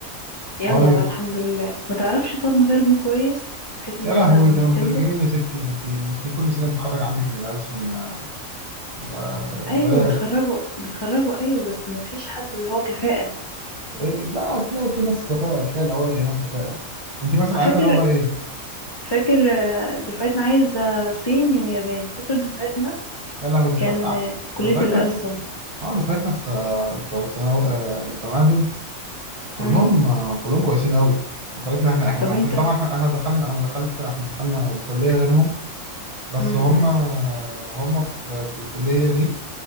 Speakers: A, on the left (about 25°); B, on the right (about 55°).
A: يلا
B: طيب
A: بقى الحمد لله ما تعرفش طب مترجم كويس بحيث ان
B: يا
A: احنا
B: لهوي
A: نعتمده
B: ده أنا مترجمين يا ستي ده أنت أنت كل سنة بتخرج عندك من ألسن آه، آه،
A: ايوه
B: بلاوي
A: بيتخرجوا بيتخرجوا ايوه بس ما فيش حد اللي هو كفاءة
B: إيه؟ لا هتلاقي في ناس كفاءة هتلاقي الأوائل هناك كفاءة أنت مثلا عايزة
A: فاكر
B: لغة إيه؟
A: فاكر آه، دفعتنا عايزة صيني وياباني فاكر دفعتنا
B: يا لهوي
A: كان
B: دفعتنا
A: آه، كلية
B: دفعتنا
A: الألسن
B: اه دفعتنا في الس- بتوع الثانوي آه، بتوع الجامعة دول كلهم
A: امم
B: آه، كلهم كويسين قوي دفعتنا احنا احنا
A: طب انت
B: احنا طبعا احنا إحنا دخلنا انا دخلت احنا دخلنا كلية غيرهم بس
A: امم
B: هم هم في, في الكلية دي